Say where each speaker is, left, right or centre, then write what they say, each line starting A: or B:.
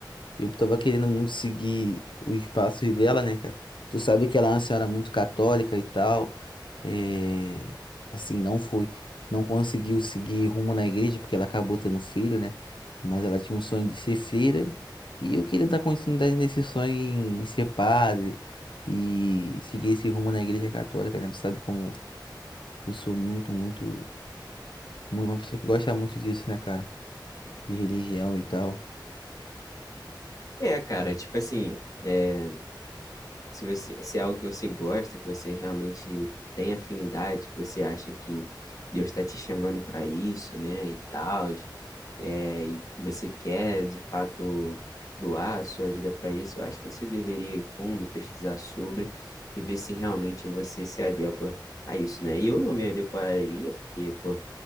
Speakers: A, on the left; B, on the left.
A: Eu tava querendo muito seguir os passos dela, né, cara? Tu sabe que ela é uma senhora muito católica e tal. É... Assim, não foi, não conseguiu seguir rumo na igreja porque ela acabou tendo filho, né? Mas ela tinha um sonho de ser freira e eu queria dar continuidade nesse sonho em ser padre e seguir esse rumo na igreja católica, né? Tu sabe como eu sou muito, muito, muito uma pessoa que gosta muito disso, né, cara? De religião e tal.
B: É, cara, tipo assim, é, Se você, se é algo que você gosta, que você realmente tem afinidade, que você acha que Deus está te chamando para isso, né, e tal, é, e que você quer de fato doar a sua vida para isso, eu acho que você deveria ir fundo, pesquisar sobre e ver se realmente você se adequa a isso, né? E eu não me adequaria, porque, pô,